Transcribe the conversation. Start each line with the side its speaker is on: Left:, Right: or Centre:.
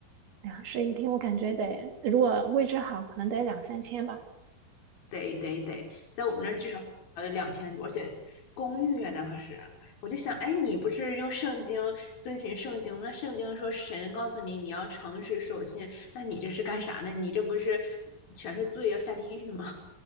Right: 两室一厅，我感觉得如果位置好，可能得两三千吧。
Left: 得得得，在我们那儿至少得两千多，而且公寓啊，那可是。我就想，哎，你不是用圣经遵循圣经吗？那圣经说神告诉你你要诚实守信，那你这是干啥呢？你这不是全是罪要下地狱吗？